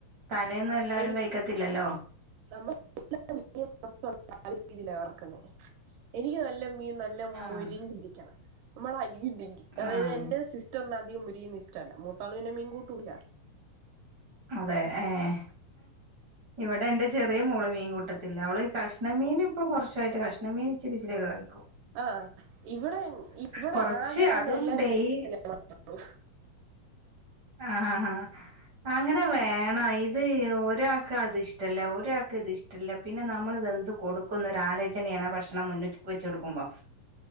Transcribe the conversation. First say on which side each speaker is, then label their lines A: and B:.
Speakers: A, on the right (about 60°); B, on the right (about 80°).
A: തലേന്ന് എല്ലാരും
B: എനിക്ക്
A: കഴിക്കത്തില്ലല്ലോ
B: നമ്മൾ <unintelligible> എനിക്ക് നല്ല മീൻ നല്ല
A: ആഹ്
B: മൊരിഞ്ഞിരിക്കണം നമ്മൾ അനിയത്തിക്ക് അതായത്
A: ആഹ്
B: എന്റെ സിസ് റ്റർ ന് അധികം മോരീയുന്നത് ഇഷ്ടല്ല മൂത്താള്പിന്നെ മീൻകൂട്ടൂല്ല
A: അതെ ഏഹ് ഇവിടെ എന്റെ ചെറിയ മോള് മീൻ കൂട്ടത്തില്ല അവള് കഷ്ണ മീൻ ഇപ്പ കുറച്ചായിട്ട് കഷ് കഷ്ണമീൻ ഇച്ചിരിച്ചിരി കായിക്കും
B: ആഹ് ഇവിടെ ഇവിടെ
A: കൊറച്ച്
B: ആകെ തന്നെ
A: അതും
B: എല്ലാം
A: ഡെയിലി
B: കഴിക്കുന്നേ ഞാൻ മാത്ര ഉള്ളു
A: ആഹ് ആഹ് അങ്ങനെ വേണം ഇത് ഒരാൾക്ക് അത് ഇഷ്ടല്ല ഒരാൾക്ക് ഇത്ഷ്ട്ടല്ല ഇഷ്ടല്ല പിന്നെ നമ്മള് എന്ത് കൊടുക്കുന്നരലോചനയാണ് ഭക്ഷണം മുന്നി വെചൊടുക്കുമ്പം